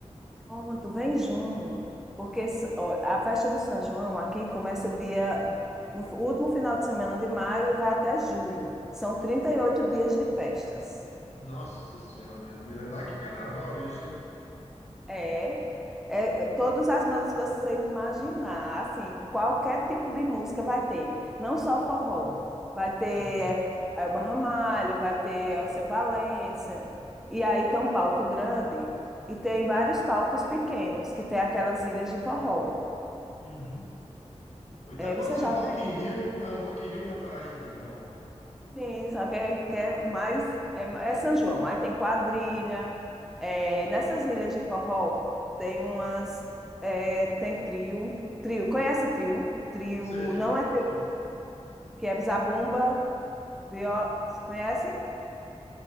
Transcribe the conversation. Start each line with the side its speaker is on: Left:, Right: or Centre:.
Centre: Pronto, vem junho. Porque s- ó, a festa do São João aqui começa dia no f- último final de semana de maio e vai até julho. São 38 dias de festas.
Left: Nossa Senhora, é mais que carnaval isso, hein?
Centre: É, é, é, todas as bandas que vocês imaginar, assim, qualquer tipo de música vai ter, não só forró, vai ter
Left: Uhum,
Centre: é, Elba Ramalho, vai ter Alceu Valença, e aí tem um palco grande e tem vários palcos pequenos, que tem aquelas ilhas de forró.
Left: uhum. Ou Então,
Centre: É,
Left: quase
Centre: você já
Left: um Rock in Rio, é um Rock in Rio na Paraíba, então.
Centre: Sim, só que é, que é mais. É, é São João. Aí tem quadrilha. é, nessas ilhas de forró tem umas. é, tem trio. Trio. Conhece trio? Trio.
Left: Sei,
Centre: Não é trio,
Left: sim.
Centre: que é zabumba. Viola, conhecem?